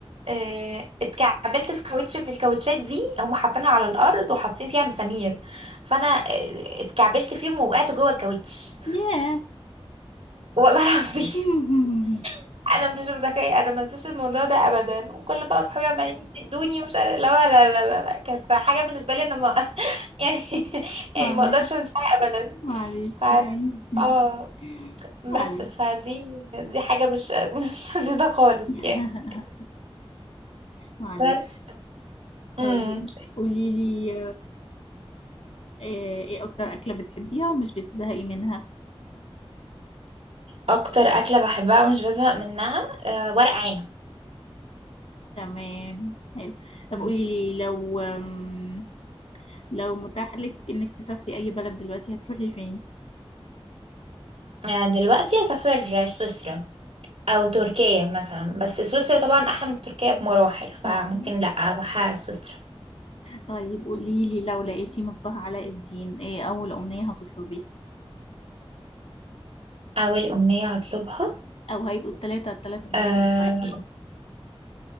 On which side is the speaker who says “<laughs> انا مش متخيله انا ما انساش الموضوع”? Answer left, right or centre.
Right